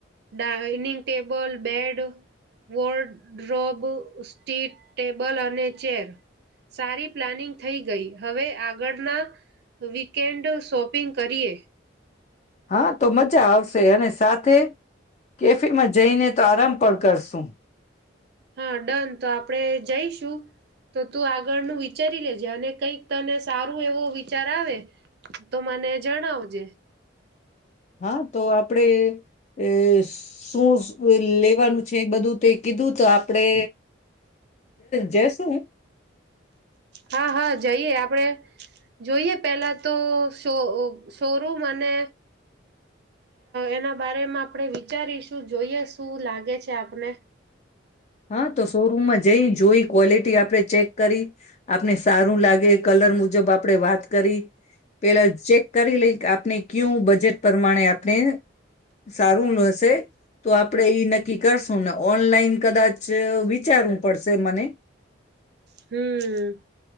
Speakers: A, on the right; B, on the left.
A: dining table bed wardrobe સ્ટી ટેબલ અને ચેર સારી પ્લાનિંગ થઈ ગઈ હવે આગળના વીકેન્ડ શોપિંગ કરીએ.
B: હા તો મજા આવશે અને સાથે કેફેમાં જઈને તો આરામ પણ કરશું.
A: હા ડન તો આપણેે જઈશું તો તું આગળનું વિચારી લેજે અને કંઈક તને સારું એવો વિચાર આવે તો મને જણાવજે.
B: હા તો આપડે અ શું લેવાનું છે બધું તે. કીધું તો આપડે જશું.
A: હા, હા જઈએ આપડે. જોઈએ પેલા તો શો શોરૂમ અને એના બારેમાં આપણે વિચારીશું જોઈએ શું લાગે છે આપને.
B: હા તો શોરૂમમાં જઈ જોઈ ક્વોલિટી આપણે ચેક કરી આપણે સારું લાગે કલર મુજબ આપણે વાત કરી પેલા ચેક કરી લઈ આપની કેવું બજેટ પ્રમાણે આપણે સારું હશે તો આપડે ઈ નક્કી કરશ <unintelligible> ઓનલાઈન કદાચ <unintelligible> વિચારવું પડશે મને.
A: હમ,